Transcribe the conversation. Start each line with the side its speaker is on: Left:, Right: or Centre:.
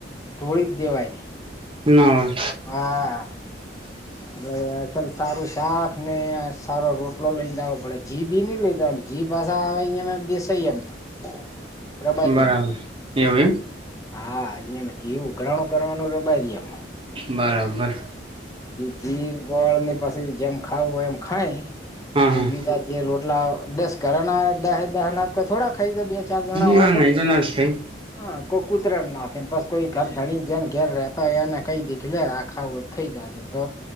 Left: ઢોળી જ દેવાયની.
Right: ના હોય
Left: હા. અરે અસલ સારું શાક ને સારો રોટલો લઈ જાઓ પડે જીભી નઈ લઈધા હો જીભ. પાછા આવે એમા બેસય એમ તો પ્રબારી
Right: બરાબર
Left: એમ તો
Right: એવું એમ
Left: હા અહયાને કેવું ગ્રણો કરવાનું રબાઈ એમ
Right: બરાબર.
Left: એ ગોળ ની પાછા જેમ ખાવું હોય એમ ખાય
Right: હા
Left: અને
Right: હા
Left: બીજા જે રોટ રોટલા દસ કરના દહે દહ ના થોડા ખાઈ દો બે ચાર જણા
Right: ના
Left: હોય તો.
Right: ના એ ના જ થાય
Left: હ કોઈ કુતરાણ નાખીને બસ કોઈ ઘર ધણી જેન ઘેર રહેતા હોય એને કઈ દીક લ આખા થઈ. જ તો